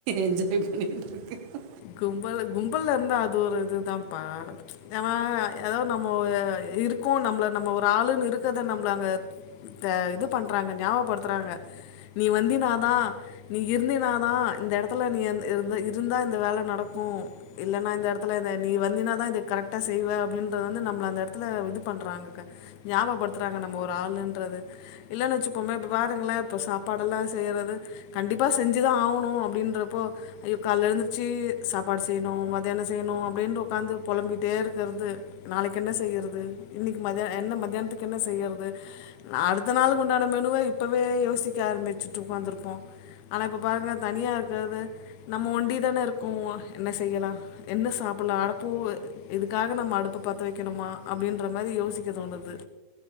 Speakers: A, on the right; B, on the left.
A: என்ஜாய் பண்ணிட்டு இருக்க
B: கும்பல கும்பல்ல இருந்து அது ஒரு இதுதாப்ப ந ஏதோ நம்ம இருக் க்கு நம்மள நம்ம ஒரு ஆளுன்னு இருக்கிறதை நம்மளை அங்க க இது பண்றாங்க ஞாபடுத்துறாங்க நீ வந்தினாதா நீ இருந்தினாதா இந்த எடத்துல நீ இரு இரு இருந்தா இந்த வேல நடக்கு இல்லன்னா இந்த இடத்துல நீ வந்தினாதா இதை கரெக்டா செய்வே அப்டின்றது வந்து நம்மள அந்த எடத்துல இது பண்றாங்க ஞாபப்படுத்துறாங்க நம்ம ஒரு ஆளுன்றத இல்லன்னு வச்சுப்போமே இப்ப பாருங்களா இப்ப சாப்பாடுஎல்லா செய்யறது கண்டிப்பா செஞ்சுதா ஆவணு அப்டின்றப்போ ஐயோ காலில எழுந்திருச்சு சாப்பாடு செய்யணு மத்தியானோ செய்யணு அப்டின்னு உக்காந்து பொழம்பிட்டே இருக்கிறது நாளைக்கு என்ன செய்யறது இன்னைக்கி மதியான என்ன மத்தானத்துக்கு என்ன செய்யறது அடுத்த நாளுக்கு உண்டான மெனுவ இப்பவே யோசிக்க ஆரம்பிச்சுட்டு உக்காந்துருப்போ ஆனா இப்ப பாருங்க தனியா இருக்கறது நம்ம ஒண்டிதானே இருக்கோ என்ன செய்யலா என்ன சாப்பிடல அடப்போ இதுக்காக நம்ம அடுப்பு பத்த வைக்கணுமா அப்டின்ற மாரி யோசிக்க தோணுது